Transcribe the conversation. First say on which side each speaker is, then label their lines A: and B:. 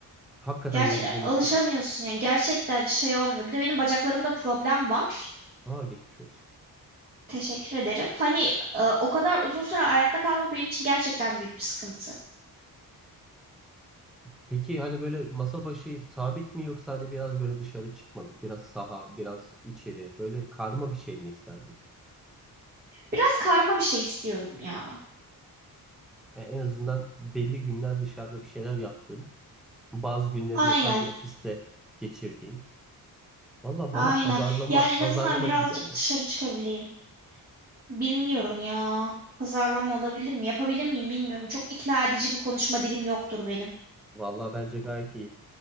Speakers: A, in the centre; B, on the right (about 25°).
A: Hakikaten
B: Gerçekten
A: yorulduğunu
B: alışamıyorsun
A: hissediyorsun.
B: yani gerçekten şey olmuyor. Bir de benim bacaklarımda problem var.
A: Aa geçmiş olsun.
B: Teşekkür ederim. Hani e, o kadar uzun süre ayakta kalmak benim için gerçekten büyük bir sıkıntı.
A: Peki hani böyle masa başı sabit mi yoksa hani biraz böyle dışarı çıkmalık, biraz saha, biraz içeri böyle karma bir şey mi isterdin?
B: Biraz karma bir şey istiyorum ya.
A: Yani en azından belli günler dışarıda bir şeyler yaptığım, bazı günlerinde
B: Aynen.
A: sadece ofiste geçirdiğim. Valla
B: Aynen.
A: bana pazarlama
B: Yani en
A: pazarlama
B: azından birazcık
A: gibi geldi.
B: dışarı çıkabileyim. Bilmiyorum ya. Pazarlama olabilir mi? Yapabilir miyim bilmiyorum. Çok ikna edici bir konuşma dilim yoktur benim.
A: Valla bence gayet iyi.